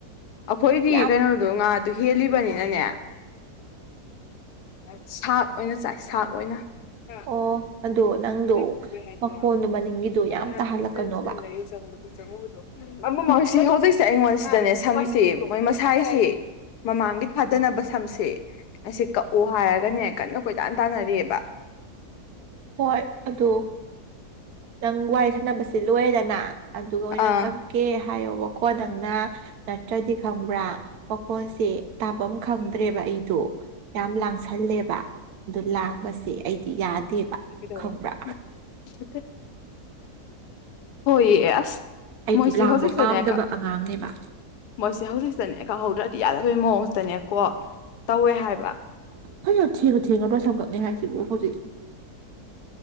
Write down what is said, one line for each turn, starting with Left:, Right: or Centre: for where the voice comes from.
Left: ꯑꯩꯈꯣꯏꯗꯤ
Right: ꯌꯥꯝ
Left: ꯀꯩꯅꯣꯗꯣ ꯉꯥꯗꯣ ꯍꯦꯜꯂꯤꯕꯅꯤꯅꯅꯦ ꯁꯥꯛ ꯑꯣꯏꯅ ꯆꯥꯏ ꯁꯥꯛ ꯑꯣꯏꯅ ꯑꯥ
Right: ꯑꯣ
Left: ꯎꯝ
Right: ꯑꯗꯣ ꯅꯪꯗꯣ
Left: ꯀꯩꯕꯨ ꯀꯕꯦ ꯍꯥꯏꯗ꯭ꯔꯣ
Right: ꯃꯈꯣꯟꯗꯣ ꯃꯅꯤꯡꯒꯤꯗꯣ
Left: ꯑꯅꯥꯈꯣꯏ
Right: ꯌꯥꯝ ꯇꯥꯍꯜꯂꯛꯀꯅꯣꯕ
Left: ꯁꯤꯖ ꯁꯤꯖ ꯂꯩꯌꯨ ꯆꯪꯕꯗ ꯑꯗꯨ ꯆꯪꯉꯨꯕꯗꯣ ꯑꯃꯃꯁꯤ ꯍꯧꯖꯤꯛꯁꯦ ꯑꯩꯉꯣꯟꯁꯤꯗꯅꯦ ꯁꯝꯒꯤꯁꯦ ꯃꯣꯏ ꯃꯁꯥꯏꯁꯦ ꯃꯃꯥꯡꯒꯤ ꯐꯥꯗꯅꯕ ꯁꯝꯁꯦ ꯑꯁꯤ ꯀꯛꯑꯣ ꯍꯥꯏꯔꯒꯅꯦ ꯀꯟꯅ ꯀꯣꯏꯇꯥꯟ ꯇꯥꯟꯅꯔꯤꯕ
Right: ꯍꯣꯏ ꯑꯗꯨ ꯅꯪ ꯋꯥꯔꯤ ꯁꯥꯟꯅꯕꯁꯦ ꯂꯣꯏꯔꯦꯗꯅ ꯑꯗꯨꯒ ꯑꯣꯏꯅ
Left: ꯑꯥ
Right: ꯀꯛ ꯀꯦ ꯍꯥꯏꯌꯣꯕ ꯀꯣ ꯅꯪꯅ ꯅꯠꯇ꯭ꯔꯗꯤ ꯈꯪꯕ꯭ꯔ ꯃꯈꯣꯟꯁꯦ ꯇꯥꯕꯝ ꯈꯪꯗ꯭ꯔꯦꯕ ꯑꯩꯗꯣ ꯌꯥꯝ ꯂꯥꯡ ꯁꯜꯂꯦꯕ ꯑꯗꯨ ꯂꯥꯡꯕꯁꯦ ꯑꯩꯗꯤ ꯌꯥꯗꯦꯕ
Left: <unintelligible>
Right: ꯈꯪꯕ꯭ꯔꯥ
Left: ꯍꯣꯏꯌꯦ ꯑꯁ
Right: ꯑꯩꯗꯤ
Left: ꯃꯣꯏꯁꯦ
Right: ꯂꯥꯡꯕ
Left: ꯍꯧꯖꯤꯛ
Right: ꯄꯥꯝꯗꯕ
Left: <unintelligible>
Right: ꯑꯉꯥꯡꯅꯦꯕ
Left: ꯃꯣꯏꯁꯦ ꯍꯧꯖꯤꯛꯇꯅꯦ ꯀꯛꯍꯧꯗ꯭ꯔꯗꯤ ꯌꯥꯗꯕꯩ ꯃꯋꫭꯡꯇꯅꯦꯀꯣ ꯇꯧꯋꯦ ꯍꯥꯏꯕ
Right: <unintelligible> ꯁꯝꯛꯛꯅꯦ ꯍꯥꯏꯖꯤꯕꫭ ꯍꯧꯖꯤꯛ